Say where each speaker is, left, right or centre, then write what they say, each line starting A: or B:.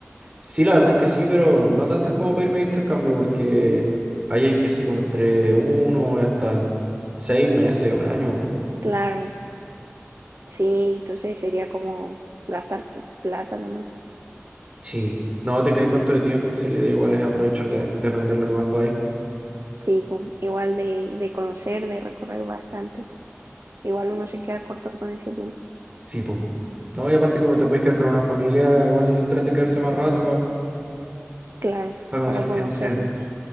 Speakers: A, on the right; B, on the right.
A: Sí, la verdad es que sí, pero no tantas como para irme de intercambio, porque ahí hay que irse como entre uno y hasta 6 meses, un año. pues, bueno.
B: Claro. Sí, entonces sería como gastar plata nomás.
A: Sí, no te quedas corto de tiempo, pues, si la idea igual es aprovechar de, de aprender lo que más podáis.
B: Sí, pues, igual de, de conocer, de recorrer bastante. Igual uno se queda corto con ese tiempo.
A: Sí, pues. No, y aparte como te puedes quedar con una familia, igual entrete quedarse más rato para
B: Claro,
A: conocer
B: para
A: gente.
B: conocerlos.